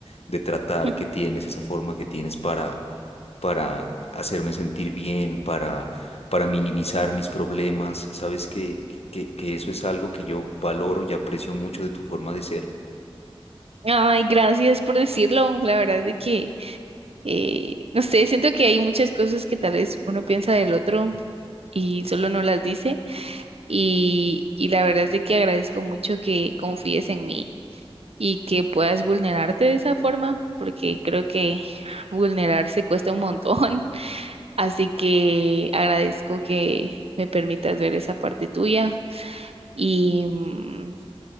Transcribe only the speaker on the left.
de tratar
que tienes, esa forma que tienes para, para hacerme sentir bien, para para minimizar mis problemas. Sabes que, que, que eso es algo que yo valoro y aprecio mucho de tu forma de ser.